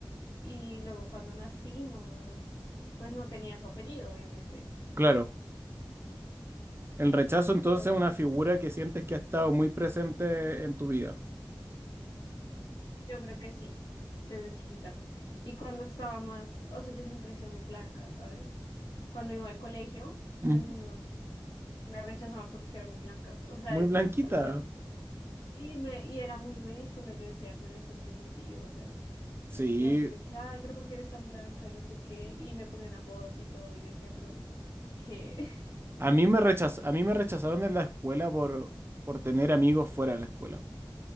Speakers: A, on the left; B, on the right.
A: Y luego cuando nací, no, pues no tenía su apellido, obviamente.
B: claro. El rechazo
A: Y
B: entonces
A: entonces,
B: es una figura que sientes que ha estado muy presente en tu vida.
A: yo creo que sí, desde chiquita. Y cuando estaba más, o sea, yo siempre he sido muy blanca, ¿sabes? Cuando iba al colegio,
B: Ujú.
A: los niños me rechazaban porque era muy blanca. O sea,
B: Muy
A: eso
B: blanquita.
A: me parecía, sí, me, y era muy ridículo. Yo decía, pero esto no tiene sentido, o sea
B: Sí,
A: Y la gente me decía, ay, pero ¿por qué eres tan blanca? No sé qué. Y me ponían apodos y todo. Y yo decía, pero ¿qué? <laughs>
B: a mí me rechaz-
A: O
B: a
A: sea,
B: mí me rechazaron en la escuela por, por tener amigos fuera de la escuela.